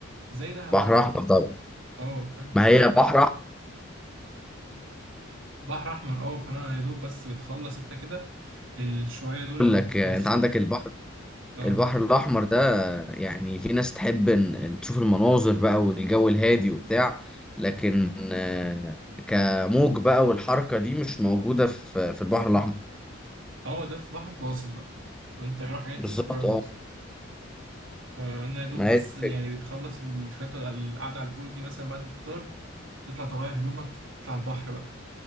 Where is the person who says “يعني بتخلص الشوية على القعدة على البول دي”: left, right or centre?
Right